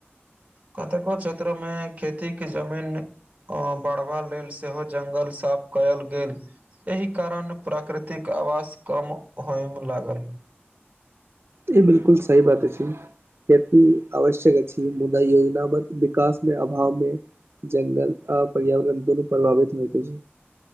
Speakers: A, on the right (about 35°); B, on the right (about 70°).
A: कतेको क्षेत्र में खेती के जमीन अ बढ़बा लेल सेहो जंगल साफ कयल गेल। एहि कारण प्राकृतिक आवास कम होयम लागल।
B: ई बिलकुल सही बात अछि। खेति आवश्यक अछि, मुदा योजना बद् विकास मे अभाव मे जंगल आ पर्यावरण दुनू प्रभावित होइत अछि।